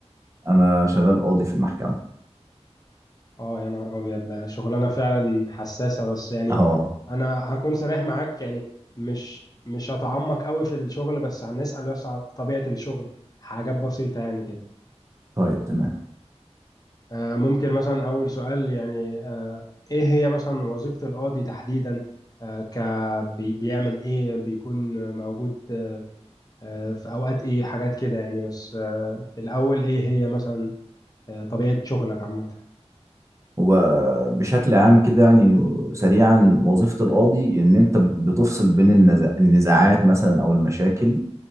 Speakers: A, on the right (about 25°); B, on the left (about 35°).
A: أنا شغال قاضي في المحكمة
B: اه يا نهار ابيض لا شغلانه فعلا حساسه بس يعني
A: أه
B: انا هكون صريح معاك يعني مش مش هتعمق قوي في الشغل بس هنسال بس على طبيعه الشغل حاجات بسيطه يعني كده
A: طيب تمام
B: آه، ممكن مثلا اول سؤال يعني آه، ايه هي مثلا وظيفه القاضي تحديدا آه، ك بي- بيعمل ايه بيكون موجود آه، في اوقات ايه حاجات كده يعني بس آه، الاول ايه هي مثلا آه، طبيعه شغلك عامه
A: هو بشكل عام كده يعني سريعا وظيفة القاضي إن أنت بتفصل بين النزا- النزاعات مثلا أو المشاكل